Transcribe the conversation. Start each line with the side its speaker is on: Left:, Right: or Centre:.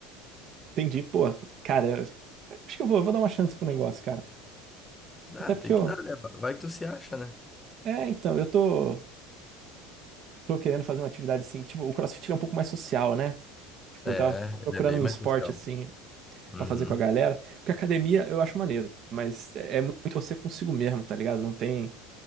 Right: Entendi, pô. Cara, eu acho que eu vou, eu vou dar uma chance pro negócio, cara.
Left: Ah,
Right: Até porque
Left: tem
Right: eu.
Left: que dar, né? Vai que tu se acha, né?
Right: É, então, eu tô, tô querendo fazer uma atividade assim, que, tipo, o CrossFit é um pouco mais social, né? Tipo,
Left: É,
Right: eu tava procurando
Left: ele é bem
Right: um
Left: mais
Right: esporte
Left: social.
Right: assim
Left: Uhum.
Right: pra fazer com a galera. Porque academia eu acho maneiro, mas é é muito você consigo mesmo, tá ligado? Não tem.